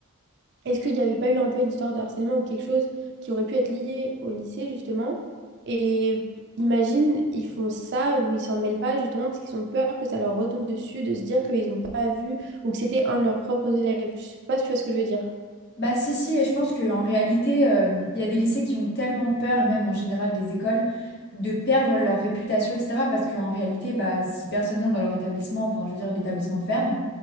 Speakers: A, on the right; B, on the left.
A: est-ce qu'il n'y avait pas eu un peu une histoire de harcèlement ou quelque chose qui aurait pu être lié au lycée, justement? Et imagine, ils font ça ou ils s'en mêlent pas, justement, parce qu'ils ont peur que ça leur retombe dessus, de se dire qu'ils n'ont pas vu ou que c'était un de leurs propres élèves. Je sais pas si tu vois ce que je veux dire.
B: Bah si si et je pense qu'en réalité euh, il y a des lycées qui ont tellement peur et même en général des écoles de perdre leur réputation etc parce qu'en réalité bah si personne vient dans leur établissement enfin je veux dire l'établissement ferme